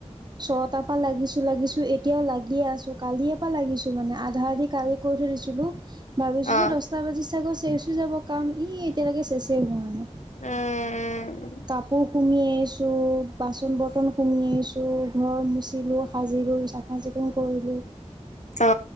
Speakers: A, on the right; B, on the left.
A: ছটাৰ পৰা লাগিছো লাগিছো এতিয়াও লাগিয়ে আছো কালি এ পৰা লাগিছো মানে আ ধাৰদি কালি কৈ থৈ দিছিলো ভাবিছো
B: অ
A: যে দছটা বাজি চাগৈ। যাব কাম ই এতিয়ালৈকে চেছে হোৱানাই।
B: উম
A: কাপোৰ সুমি আহিছো। বাচন বৰ্তন সুমি আহিছোঁ। ঘৰ মুচিলোঁ, সাজিলোঁ, চাফা চিকুণ কৰিলোঁ।
B: অ